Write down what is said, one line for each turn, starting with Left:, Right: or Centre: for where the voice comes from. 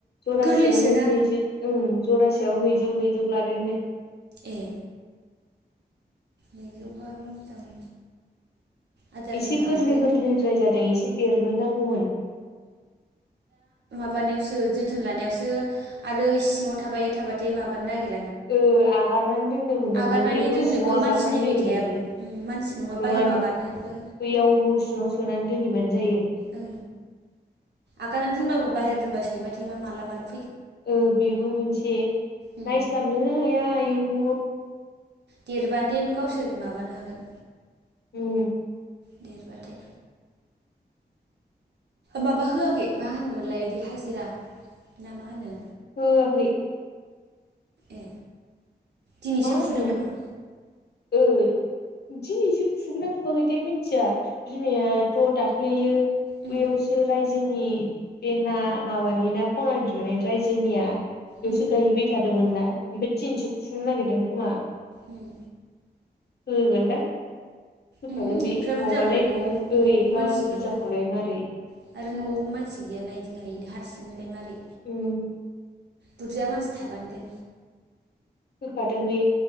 Left: जरासेयावनो
Right: गोरलैसोना
Left: नैजिओं जरासेयाव नैजौ नैजौ लादोंनो
Right: ए नैजौबाबो मोजां आदार
Left: एसे
Right: होनो हाबानो
Left: गोरलै
Right: देरगोन
Left: गोरलैद्राय जादों एसे देरनो नांगौमोन
Right: माबावसो जोथोन लानायावसो आरो सिङाव थाबाय थाबाथाय माबानो नागिर
Left: ओ आगारनानै दोननो मोननांगौमोन
Right: आगारनानै
Left: ओइ न'
Right: दोननोबो
Left: सिङाव नागारनानै
Right: मानसि नायबाय
Left: दोनहैबानो
Right: थाया उम मानसि
Left: जायो
Right: बाहेरायाव
Left: नङा
Right: आगारनोबो
Left: बैयाव न' सिङाव सोना दोनहैबानो जायो
Right: ओं आगनानै दोनबाबो बाहेर दोनब सैमा थैमा माला मालाबा
Left: ओ बेबो मोनसे नायस्लाबनो
Right: उम
Left: हाया आयौ
Right: देरबा देन गावसोर माबानो हागोन
Left: उम
Right: देरबाथाय माबा होआखै मा होनोमोनलाय बिदि हाजिरा ना मा होनो?
Left: होआखै
Right: ए दिनैसो
Left: मा होनोमोन
Right: फुदों खोमा?
Left: ओ दिनैसो फुगना फुाखैथाय मिथिया बिमायाथ' दाख्लैयो
Right: उम
Left: बैयावसो रायजोनि बे ना माबानि ना खनानै <unintelligible> दिुनाय रायजोनिया बेयावसो
Right: उम
Left: गायहैबाय थादोंमोनना ओमफ्राय दिनैसो फुनो नागिरदों खोमा।
Right: उम
Left: <inaudible> होखागोन
Right: उम
Left: बे
Right: एफा
Left: नङाबालाय
Right: बुरजाखौलाय न'आव न'आवबो
Left: एफा
Right: मानसि
Left: बुरजाखौलाय
Right: गैया
Left: मारै
Right: <inaudible>
Left: उम।
Right: बुरजा मानसि थाबानो
Left: होखादों बे।